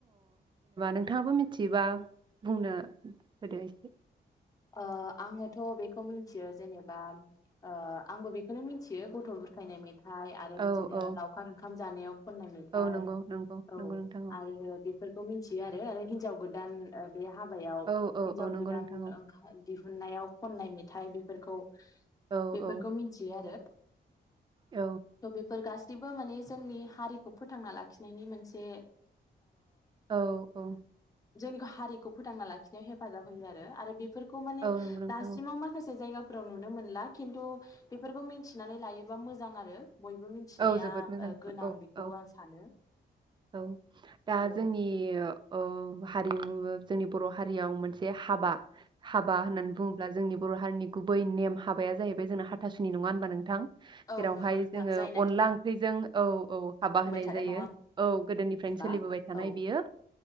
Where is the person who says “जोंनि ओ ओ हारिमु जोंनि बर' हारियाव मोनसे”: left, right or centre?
Right